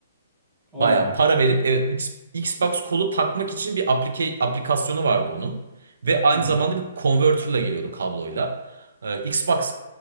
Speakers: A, in the centre; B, on the right.
A: Aa.
B: Baya para verip evet X- Xbox kolu takmak için bir aplike, aplikasyonu vardı onun. Ve aynı
A: Hı hı.
B: zamanda bir converter'la geliyordu kabloyla. Ee, Xbox